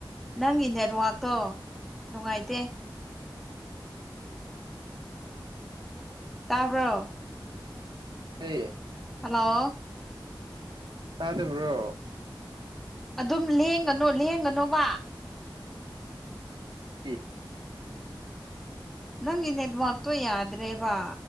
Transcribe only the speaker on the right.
ꯍ
ꯇ ꯑꯗꯨꯕ꯭ꯔꯣ
ꯑꯦ